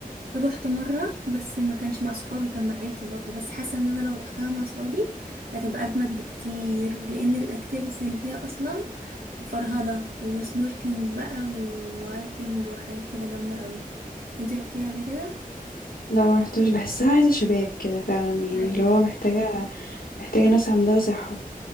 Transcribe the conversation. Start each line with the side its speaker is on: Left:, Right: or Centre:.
Right: رحت مرة بس ما كانش مع صحابي كان مع عيلتي برضو بس حاسة ان انا لو رحتها مع صحابي هتبقى اجمد بكتير لان الاكتيفيتيز اللي فيها اصلا فرهضة وسنوركلينج بقى وهايكنج وحاجات كده جامدة قوي انتي رحتيها قبل كده
Left: لا ما رحتهاش بحسها عايزة شباب كده فعلا يعني
Right: ايوه
Left: اللي هو محتاجة محتاجة ناس عندها صحة